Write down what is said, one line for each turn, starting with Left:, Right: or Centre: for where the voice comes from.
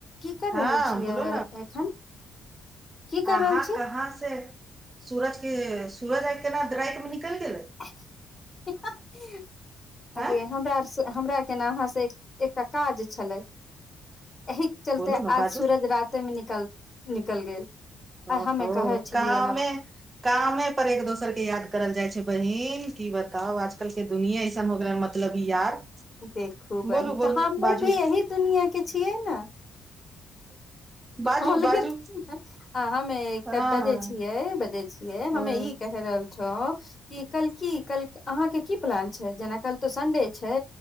Left: की कर
Right: हँ
Left: रहल छियै
Right: बोलू
Left: एखन की कर
Right: अहाॅं
Left: रहल छी
Right: कहाँ से सूरज के सूरज आ केना र राति में निकैल देले
Left: <unintelligible> अगे
Right: आँय
Left: हम बर्स हमरा के ने अहाँ से एकटा काज छलै एहिक चलते
Right: बोलू ने
Left: आज
Right: बाजू
Left: सूरज राते मे निकल निकल गेल आ
Right: ओहो
Left: हमे कहै छलियै
Right: कामे
Left: ओना
Right: कामे पर एक दोसर के याद करल जाइ छै बहिन की बताउ आजकल के दुनिया ऐसन हो गेलै ह मतलब यार
Left: देखू बहिन
Right: बोलू बोलू
Left: तऽ हमे
Right: बाजू
Left: भी यही दुनिया के छियै ने
Right: बाजू
Left: अलगे
Right: बाजू
Left: आ हमे
Right: हँ
Left: बजै
Right: हँ
Left: छियै बजै छियै
Right: हँ
Left: हमे ई क रहल छौ क कल की कल अहाँके की प्लान छै जेना कल तो सन्डे छै